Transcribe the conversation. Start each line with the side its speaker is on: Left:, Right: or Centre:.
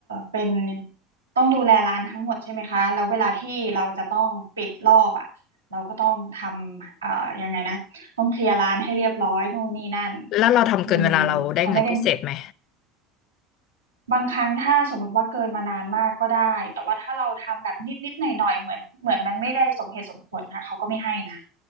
Right: เป็นต้องดูแลร้านทั้งหมดใช่ไหมคะแล้วเวลาที่เราจะต้องปิดรอบอะเราก็ต้องทำเอ่อยังไงนะต้องเคลียร์ร้านให้เรียบร้อยนู่นนี่นั่น
Left: แล้วเราทำเกินเวลาเราได้เงินพิเศษไหม
Right: อืมเขาไม่ได้บางครั้งถ้าสมมติว่าเกินมานานมากก็ได้แต่ว่าถ้าเราทำแบบนิดๆหน่อยๆเหมือนเหมือนมันไม่ได้สมเหตุสมผลนะเขาก็ไม่ให้นะ